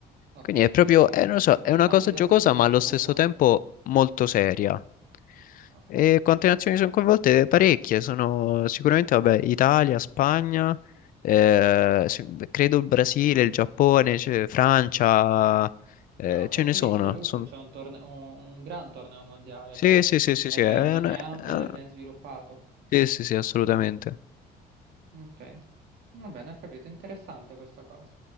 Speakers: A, on the right; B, on the left.
A: Ok,
B: Quindi è proprio,
A: perfetto.
B: eh, non lo so,
A: E
B: è una
A: quante
B: cosa giocosa
A: nazioni
B: ma
A: sono
B: allo stesso
A: coinvolte?
B: tempo molto seria.
A: Ok.
B: E quante nazioni sono coinvolte? Parecchie, sono sicuramente, vabbè, Italia, Spagna, eh, se- credo il Brasile, il Giappone, c'è Francia,
A: No,
B: eh,
A: ok,
B: ce ne
A: quindi
B: sono.
A: comunque
B: son-
A: c'è un, torne- un- un gran torneo mondiale,
B: Sì,
A: cioè
B: sì, sì, sì,
A: è
B: sì,
A: ben,
B: è
A: è
B: una-
A: ampio
B: è
A: ed
B: una-
A: è ben sviluppato.
B: sì, sì, sì, assolutamente.
A: Ok, va bene, ho capito, interessante questa cosa.